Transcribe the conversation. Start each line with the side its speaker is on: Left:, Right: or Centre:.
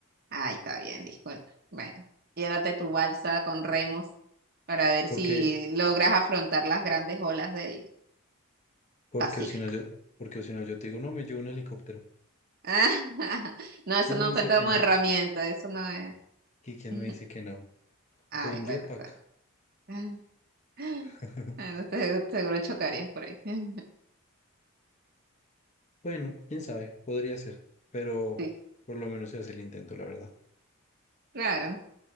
Right: Ay, está bien, disculpa. Bueno, llévate tu balsa con remos para ver
Left: Porque,
Right: si logras afrontar las grandes olas del
Left: porque
Right: Pacífico.
Left: o si no yo, porque o si no yo te digo, no, me llevo un helicóptero.
Right: <laughs> No, eso
Left: ¿Quién
Right: no
Left: me dice
Right: cuenta
Left: que
Right: como
Left: no?
Right: herramienta, eso no es.
Left: ¿Y quién
Right: <laughs>
Left: me dice que no?
Right: Ay,
Left: O un
Right: bueno,
Left: jetpack.
Right: está. bien. <laughs>
Left: <laughs>
Right: Bueno, te- seguro chocarías por ahí. <laughs>
Left: Bueno, quién sabe, podría ser, pero
Right: Sí,
Left: por lo menos se hace el intento, la verdad.
Right: claro.